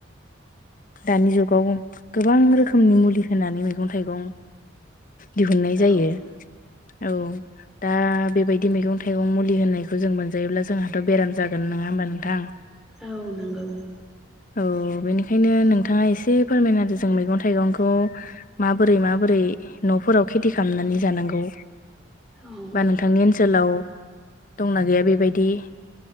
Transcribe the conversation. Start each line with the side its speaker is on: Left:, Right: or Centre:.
Left: दानि जुगाव गोबां रोखोमनि मुलि होनानै मैगं थाइगं दिहुननाय जायो
Centre: औ
Left: औ दा बेबायदि मैगं थाइगं मुलि होननायखौ जों मोनजायोब्ला जोंहाथ' बेराम जागोन नङा होमबा नोंथां
Centre: औ नंगौ
Left: औ बेनिखायनो नोंथाङा एसे फोरमायना आरो जों मैगं थाइगंखौ माबोरै माबोरै न'फोराव खेथि खालामनानै जानांगौ
Centre: औ
Left: बा नोंथांनि ओनसोलाव दंना गैया बेबायदि